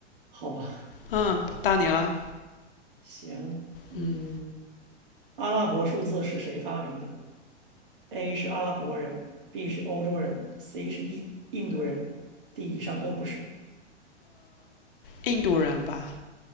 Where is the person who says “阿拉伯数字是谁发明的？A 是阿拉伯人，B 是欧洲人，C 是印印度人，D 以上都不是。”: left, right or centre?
Right